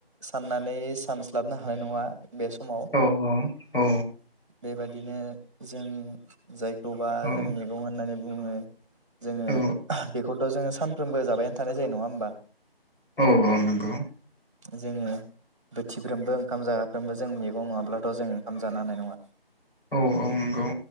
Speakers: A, on the right (about 30°); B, on the left (about 60°).
A: साननानै सानस्लाबनो हानाय नंङा बे समाव
B: औ औ
A: बेबाय दिनो जों जायखौबा
B: औ
A: जों मैगं होननानै बुङो। जोंङो
B: औ
A: बेखौथ' जोंङो सानफ्रोमबो जाबायानो थानाय जायो नंङा होमबा?
B: औ औ नंगौ।
A: जोंङो बोथिफ्रोमबो ओंखाम जागाफ्रोमबो जों मैगं नंङाब्लाथ' जों ओंखाम जानो हानाय नङा।
B: औ औ नंगौ